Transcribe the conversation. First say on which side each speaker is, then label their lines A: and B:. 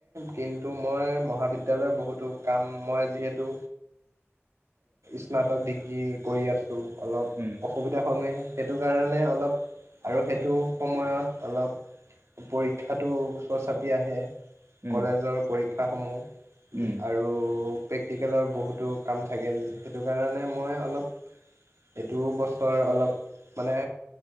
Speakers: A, on the right (about 85°); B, on the right (about 65°).
A: কিন্তু মই মহাবিদ্যালয় বহুতো কাম কাম মই যিহেতু
B: <unintelligible>
A: স্নাতক ডিগ্ৰী কৰি আছোঁ অলপ
B: উম
A: অসুবিধা হ'হেই সেইটো কাৰণে অলপ আৰু সেইটো সময়ত অলপ পৰীক্ষাটো ওচৰ চাপি আহে
B: উম
A: কলেজৰ পৰীক্ষাসমূহ
B: উম
A: আৰু প্ৰেক্টিকেলৰ বহুতো কাম থাকে সেইটো কাৰণে মই অলপ এইটো বছৰ অলপ মানে